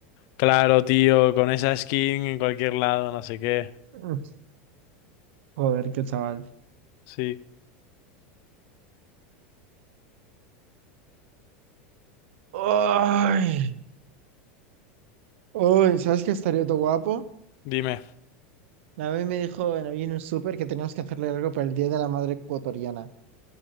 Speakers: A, on the left; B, on the right.
A: claro, tío, con esa skin en cualquier lado, no sé qué.
B: Uf, Joder, qué chaval.
A: Sí,
B: Ay, uy, ¿sabes qué estaría todo guapo?
A: dime.
B: La vez me dijo en, hoy en un súper que teníamos que hacerle algo para el Día de la Madre Ecuatoriana.